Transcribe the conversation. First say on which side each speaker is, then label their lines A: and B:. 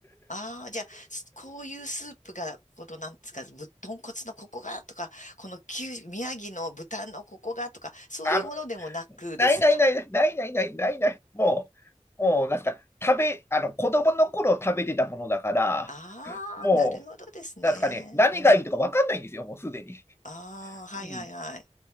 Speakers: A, on the left; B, on the left.
A: ああ、じゃあ、すこういうスープが、この、なんですか、ぶ、豚骨のここがとか、この九、宮城の豚のここがとか、
B: <laughs>
A: そういうものでもなくですか。
B: あ、ないないないないないないないない。もう、もう、なんすか、食べ、あの、子供の頃食べてたものだから、
A: ああ、
B: も
A: なるほどですね。
B: う、なんすかね、何がいいとかわかんないんですよ、
A: うん。
B: もうすでに。
A: ああ、はいはいはい。
B: うん。